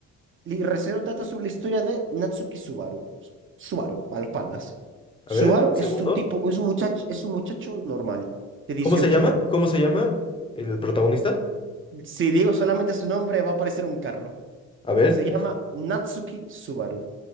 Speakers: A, on the right; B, on the left.
A: Y Recero trata sobre la historia de Natsuki Subaru. Subaru, a los panas.
B: A
A: Subaru
B: ver, dame un
A: es
B: segundo.
A: un tipo, es un muchacho, es un muchacho normal, de 18
B: ¿Cómo se llama?
A: años.
B: ¿Cómo se llama el protagonista?
A: Si digo solamente su nombre, va a aparecer un carro.
B: A ver,
A: Se llama Natsuki Subaru.